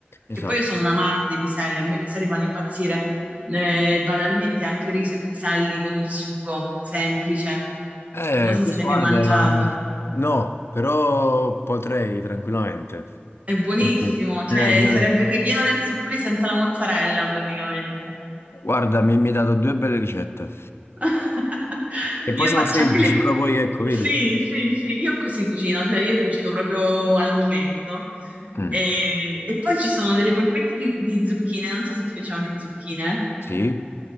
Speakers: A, on the left; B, on the right.
A: Esatto.
B: Che poi io sono un amante dei piselli, a me i piselli fanno impazzire. Eh, banalmente anche riso e piselli con il sugo, semplice.
A: Eh,
B: Non so
A: questo
B: se l'hai mai
A: guarda,
B: mangiato.
A: no, però potrei tranquillamente.
B: È buonissimo,
A: Eh,
B: cioè
A: no.
B: sarebbe il ripieno del supplì senza la mozzarella praticamente.
A: guarda, mi, mi hai dato due belle ricette.
B: <laughs>
A: E poi
B: Io
A: sono
B: faccio
A: semplici,
B: anche le...
A: però poi ecco, vedi.
B: Sì, sì, sì, io così cucino, cioè io cucino proprio al momento.
A: Mm,
B: E, e poi ci sono delle polpette di, di zucchine, non so se ti piacciono le zucchine.
A: Sì.